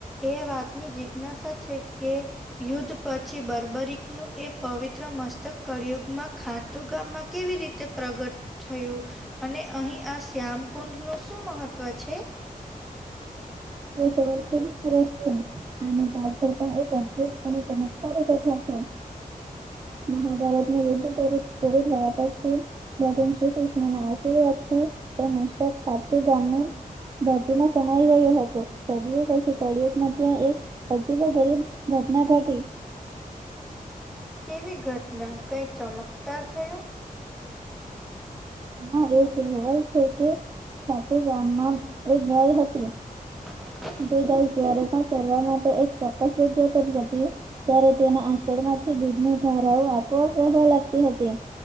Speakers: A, in the centre; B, on the right.
A: એ વાતની જિજ્ઞાસા છે કે યુદ્ધ પછી બર્બરીક નું એ પવિત્ર મસ્તક કળિયુગમાં ખા તું ગામમાં કેવી રીતે પ્રગટ થયું અને અહી આ શ્યામ કુંડ નું શું મહત્વ છે?
B: હ તો વરપ કર છે <unintelligible> અને પાછળ પણ એક અદભુત અને ચમત્કારી કથા છે. મહાભારતને યુદ્ધ પૂરું થયા પછી. ભગવાન શ્રી કૃષ્ણના આશીર્વાદથી, એ મસ્તક ગામનુ. ભરતીમાં સમાઈ ગયો હતો. કર પછી પડ્યું નથી ત્યાં એક અજીબો ગરીબ ઘટના ઘટી.
A: કેવી ઘટના કઈ ચમકદાર થયો?
B: હા એવું કહેવાય છે કે, ખાતે ગામમાં એક ગાય હતી.
A: <inaudible>
B: જે ગાય જ્યારે પણ ચરવા માટે એક ચોક્કસ જગ્યા કરી જતી. ત્યારે તેના આચળ માંથી દૂધની ધારાઓ આપોઆપ વહેવા લાગતી હતી.